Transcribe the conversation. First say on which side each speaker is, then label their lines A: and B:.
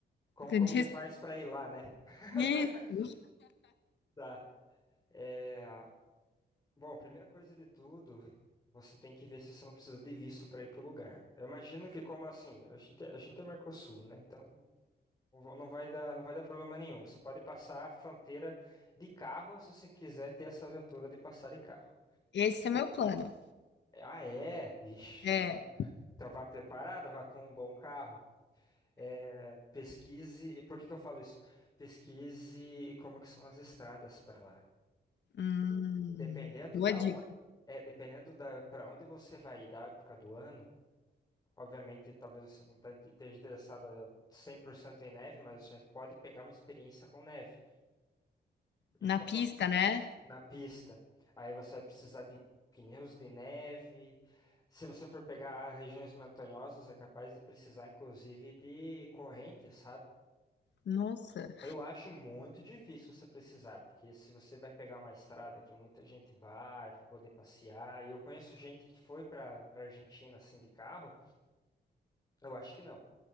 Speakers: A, on the left; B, on the left.
A: Como,
B: que
A: como
B: diz
A: que faz pra ir lá, né? <laughs>
B: isso,
A: Tá. É, bom, a primeira coisa de tudo, você tem que ver se você não precisa de visto para ir pro lugar. Eu imagino que como assim, a gente, a gente é Mercosul, né? Então não va- não vai dar, não vai dar problema nenhum. Você pode passar a fronteira de carro se você quiser ter essa aventura de passar de carro.
B: esse é meu plano.
A: Ah, é? Vixe,
B: É,
A: então, então vá preparada, vá com um bom carro. É, pesquise, por que que eu falo isso? Pesquise como que são as estradas para lá.
B: hum,
A: Dependendo
B: boa
A: da
B: dica.
A: onde, é, dependendo da para onde você vai ir da época do ano, obviamente talvez você não tá- esteja interessado a 100% em neve, mas você pode pegar uma experiência com neve. E
B: Na
A: quando
B: pista,
A: você,
B: né?
A: na pista, aí você vai precisar de pneus de neve. Se você for pegar regiões montanhosas, é capaz de precisar inclusive de correntes, sabe?
B: Nossa.
A: Eu acho muito difícil você precisar, porque se você vai pegar uma estrada que muita gente vai para poder passear, e eu conheço gente que foi para para Argentina assim de carro, eu acho que não.